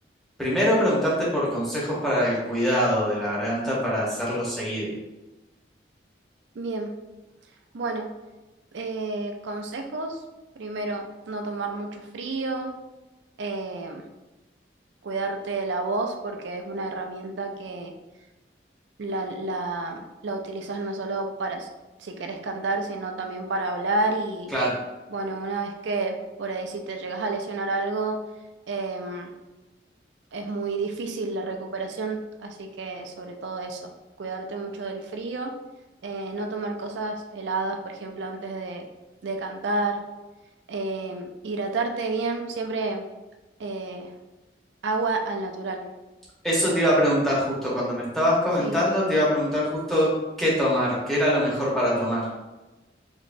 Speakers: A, in the centre; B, on the right.
A: Primero preguntarte por consejos para el cuidado de la garganta para hacerlo seguido.
B: Bien, bueno, eh, consejos, primero, no tomar mucho frío, eh, cuidarte de la voz porque es una herramienta que la, la, la utilizas no solo para s- si querés cantar, sino también para hablar y
A: Claro,
B: bueno, una vez que por ahí si te llegas a lesionar algo, em, es muy difícil la recuperación, así que sobre todo eso, cuidarte mucho del frío, eh, no tomar cosas heladas, por ejemplo, antes de, de cantar, eh, hidratarte bien, siempre eh, agua al natural,
A: eso te iba a preguntar justo cuando me estabas comentando,
B: sí.
A: te iba a preguntar justo qué tomar, qué era lo mejor para tomar.